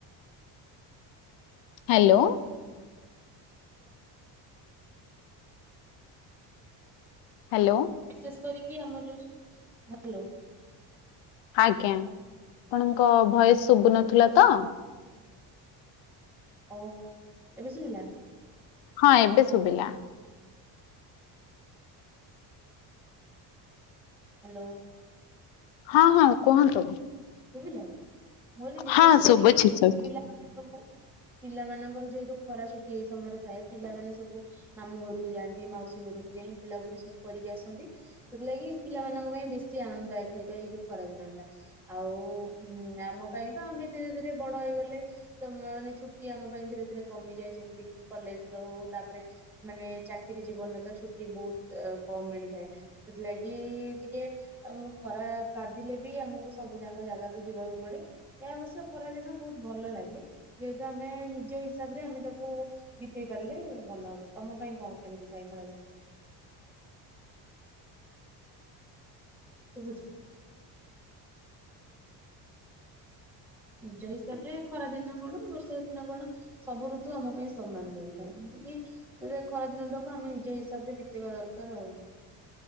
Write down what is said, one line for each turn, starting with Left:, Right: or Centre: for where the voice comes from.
Left: ହାଲୋ। ହାଲୋ।
Centre: ବିଶେଷ କରିକି ଆମର ଯୋଉ ହାଲୋ
Left: ଆଜ୍ଞା ଆପଣଙ୍କ ଭଏସ ଶୁଭୁନଥିଲା ତ
Centre: ଓହୋ ଏବେ ଶୁଭିଲା।
Left: ହଁ ଏବେ ଶୁଭିଲା।
Centre: ହାଲୋ।
Left: ହଁ ହଁ କୁହନ୍ତୁ?
Centre: ବୁଝିଲେ ମୁଁ କହିଲି ବିଶେଷ
Left: ହଁ
Centre: କରିକି
Left: ଶୁଭୁଛି ଶୁ
Centre: ପିଲାମାନେ ସବୁ ପିଲାମାନଙ୍କର ଯେହେତୁ ଖରା ଛୁଟି ଏଇ ସମୟରେ ଥାଏ ପିଲାମାନେ ସବୁ ମାମୁଁ ଘରକୁ ଯାଆନ୍ତି ମାଉସୀ ଘରକୁ ଯାଇ ବୁଲାବୁଲି ସବୁ କରିକି ଆସନ୍ତି। ସେଥିଲାଗି ପିଲାମାନଙ୍କ ପାଇଁ ବେଶୀ ଆନନ୍ଦଦାୟକ ହେଇଥାଏ ଏଇ ଯୋଉ ଖରାଦିନଟା। ଆଉ ଉ ଆମ ପାଇଁ ତ ଆମେ ଧୀରେ ଧୀରେ ବଡ ହେଇଗଲେ। ତ ମାନେ ଛୁଟି ଆମ ପାଇଁ ଧୀରେ ଧୀରେ କମିଯାଏ ଯେମିତି କିି କଲେଜରେ ହଉ ତାପରେ ମାନେ ଚାକିରି ଜୀବନରେ ତ ଛୁଟି ବହୁତ କମ ମିଳିଥାଏ। ସେଥିଲାଗି ଟିକେ ଆମକୁ ଖରା ବାଧିଲେ ବି ଆମକୁ ସବୁ ଯାଙ୍କ ଜାଗାକୁ ଯିବାକୁ ପଡେ ଏହା ଅବଶ୍ୟ ଖରା ଦିନ ବହୁତ ଭଲ ଲାଗେ। ଯେହେତୁ ଆମେ ନିଜ ହିସାବରେ ଆମେ ତାକୁ ବିତେଇ ପାରିଲେ ଭଲ ହବ ତମ ପାଇଁ କଣ କେମିତି ଥାଏ ଖରାଦିନ? ଶୁଭୁଛି। ନିଜ ହିସାବରେ ଖରା ଦିନ କଣ ବର୍ଷା ଦିନ କଣ? ସବୁ ଋତୁ ଆମ ପାଇଁ ସମାନ ରହିଥାଏ ଯେନ୍ତି କିି ସେ ଖରା ଦିନଟାକୁ ଆମେ ନିଜ ହିସାବରେ ବିତେଇବା ଦରକାର ଆଉ